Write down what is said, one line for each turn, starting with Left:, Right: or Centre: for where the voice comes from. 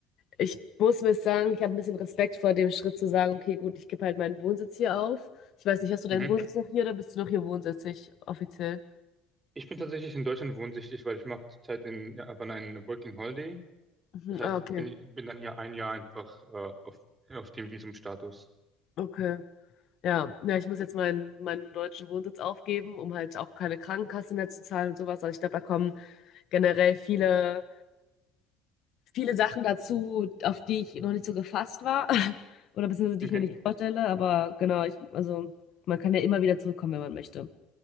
Left: Ich muss mir sagen, ich habe ein bisschen Respekt vor dem Schritt zu sagen, okay, gut, ich gebe halt meinen Wohnsitz hier auf. Ich weiß nicht, hast du deinen
Right: Mhm.
Left: Wohnsitz noch hier oder bist du noch hier wohnsitzig offiziell?
Right: Ich bin tatsächlich in Deutschland wohnsichtig, weil ich mache zurzeit in Japan einen Working Holiday.
Left: Mhm,
Right: Das heißt,
Left: ah, okay.
Right: bin, bin dann hier ein Jahr einfach äh, auf, auf dem Visumstatus.
Left: Okay. Ja, ja, ich muss jetzt meinen, meinen deutschen Wohnsitz aufgeben, um halt auch keine Krankenkasse mehr zu zahlen und sowas. Also ich glaube, da kommen generell viele, viele Sachen dazu, auf die ich noch nicht so gefasst war <laughs> oder beziehungsweise die
Right: Okay,
Left: ich mir nicht vorstelle. Aber genau, ich, also man kann ja immer wieder zurückkommen, wenn man möchte.